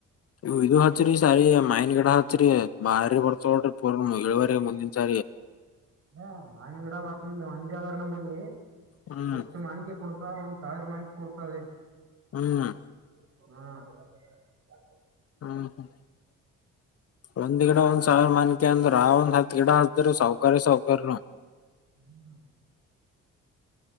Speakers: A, on the left; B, on the right.
A: ನೀ ಇದು ಹಚ್ಚರಿ ಸರಿ ಮೈನ್ ಗಿಡ ಹಚ್ಚರಿ ಬಾರಿ ಬರ್ತವ ಇಳುವರಿ ಮುಂದಿನ ಸಾರಿ
B: ಮಾವನ್ ಗಿಡ ಒಂದ್ ಒಂದರ ನಂಬಲ್ಲಿ
A: ಹ್ಮ್
B: ಎಷ್ಟು ಮಾವಿನಕಾಯಿ ಕೊಡ್ತ ಒಂದ್ ಸಾವಿರ ಮಾವಿನಕಾಯಿ ಕೊಡುತ್ತವೆ
A: ಹ್ಮ
B: ಹ್ಮ್
A: ಹ್ಮ್ ಹ ಒಂದ್ ಗಿಡ ಒಂದ್ ಸಾವಿರ ಮಾದೇವ ಕೊಡ್ತಾವೆ ಅಕಂದ್ರ ಆ ಒಂದ ಹತ್ ಗಿಡ ಹತ್ತತಾರ ಸೌಕ್ಯ ಸೌಕಕಾರನು
B: ಹ್ಮ್